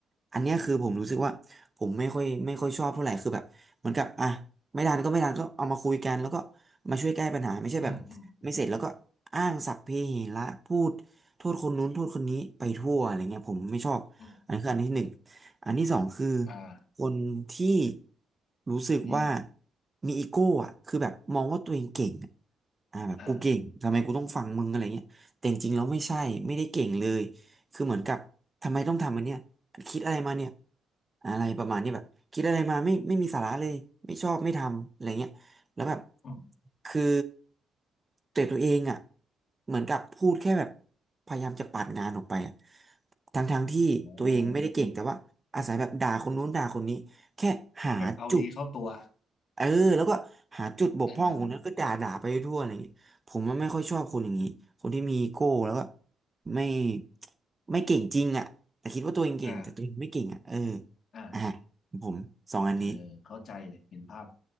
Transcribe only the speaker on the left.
อืมอืมอืม
อ่า
พี่
อ่า
อืม
อ่าแบบเอาดีเข้าตัว
เออ
อ่าอ่า
เออเข้าใจเลยเห็นภาพ